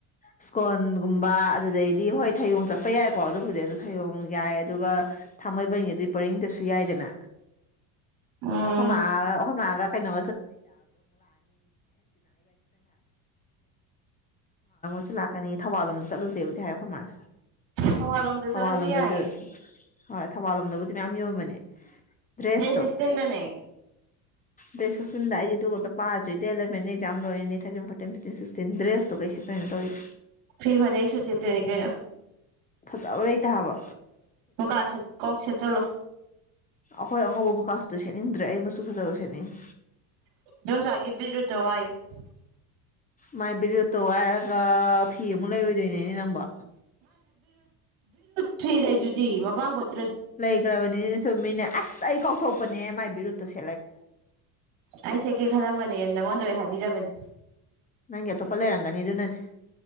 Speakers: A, on the left; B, on the right.
A: ꯏꯁ꯭ꯀꯣꯟꯒꯨꯝꯕ ꯑꯗꯨꯗꯩꯗꯤ ꯍꯣꯏ ꯊꯌꯣꯡ ꯆꯠꯄ ꯌꯥꯏꯀꯣ ꯑꯗꯨꯕꯨꯗꯤ ꯑꯗꯨ ꯊꯌꯣꯡ ꯌꯥꯏ ꯑꯗꯨꯒ ꯊꯥꯡꯃꯩꯕꯟꯒꯤ ꯑꯗꯨꯏ ꯄꯔꯤꯡꯗꯁꯨ ꯌꯥꯏꯗꯅ
B: ꯎꯝ
A: ꯑꯩꯈꯣꯌ ꯃꯥꯒꯥ ꯀꯩꯟꯅꯣ <unintelligible> ꯁ ꯂꯥꯛꯀꯅꯤ ꯊꯧꯕꯥꯜ ꯂꯣꯝꯗ ꯆꯠꯂꯨꯁꯦꯕꯨꯗꯤ ꯍꯥꯏꯕ ꯀꯃꯥꯏꯅ
B: ꯊꯧꯕꯥꯜꯂꯣꯝꯗ
A: ꯊꯧꯕꯥꯜ
B: ꯆꯠꯂꯁꯨ
A: ꯂꯣꯝꯗꯁꯨ
B: ꯌꯥꯏꯌꯦ
A: ꯍꯣꯏ ꯊꯧꯕꯥꯜ ꯂꯣꯝꯗꯕꯨꯗꯤ ꯃꯌꯥꯝ ꯌꯣꯟꯕꯅꯦ ꯗ꯭ꯔꯦꯁꯇꯣ
B: ꯁꯤꯁꯇꯤꯟꯗꯅꯦ
A: ꯗꯦꯠ ꯁꯤꯁꯤꯇꯤꯟꯗ ꯑꯩꯗꯤ ꯑꯗꯨꯒ ꯑꯃꯇ ꯄꯥꯗ꯭ꯔꯤ ꯂꯩꯦꯦꯟꯁ ꯌꯥꯝ ꯂꯣꯏꯔꯅꯤꯅꯦ ꯊꯔꯇꯤꯟ ꯐꯣꯔꯇꯤꯟ ꯐꯤꯞꯇꯤꯟ ꯁꯤꯛꯁꯇꯤꯟ ꯗ꯭ꯔꯦꯁꯇꯣ ꯀꯩꯁꯨ ꯀꯩꯅ ꯇꯧꯔꯤꯏ
B: ꯐꯤ ꯐꯅꯦꯛ ꯁꯨꯠ ꯁꯦꯠꯇꯣꯏꯅꯦ ꯀꯩꯅꯣ
A: ꯐꯖꯅ ꯂꯩꯇꯥꯥꯕ
B: ꯃꯨꯒꯥꯥ ꯁꯨꯠ ꯀꯣꯛ ꯁꯦꯠ ꯆꯠꯂꯣ
A: ꯑꯩꯈꯣꯏ ꯑꯉꯧꯕ ꯃꯨꯒꯥ ꯁꯨꯠꯇꯣ ꯁꯦꯠꯅꯤꯡꯗ꯭ꯔꯦ ꯑꯩ ꯐꯖꯕ ꯃꯆꯨ ꯁꯦꯠꯅꯤꯡꯉꯤ
B: <unintelligible>
A: ꯃꯥꯏ ꯕꯤꯔꯇꯣ ꯋꯥ ꯐꯤ ꯑꯃꯨꯛ ꯂꯩꯔꯣꯏꯗꯣꯏꯅꯦꯅꯦ ꯅꯪꯕꯣ
B: ꯐꯤ ꯂꯩꯗꯨꯗꯤ ꯃꯄꯥꯟ ꯀꯣꯠ
A: ꯂꯩꯈ꯭ꯔꯕꯅꯤꯅ ꯆꯨꯝꯃꯤꯅꯦ ꯑꯁ ꯑꯩ ꯀꯥꯎꯊꯣꯛꯄꯅꯦ ꯃꯥꯏ ꯕꯤꯔꯨꯠꯇꯨꯁꯦ
B: ꯑꯩ ꯁꯦꯠꯀꯦ ꯈꯜꯂꯝꯕꯅꯦ ꯅꯪꯉꯣꯟꯗ ꯑꯩ ꯍꯥꯏꯕꯤꯔꯕꯅꯤ
A: ꯅꯪꯒꯤ ꯑꯇꯣꯞꯄ ꯂꯩꯔꯝꯒꯅꯤ ꯑꯗꯨ ꯅꯅꯦ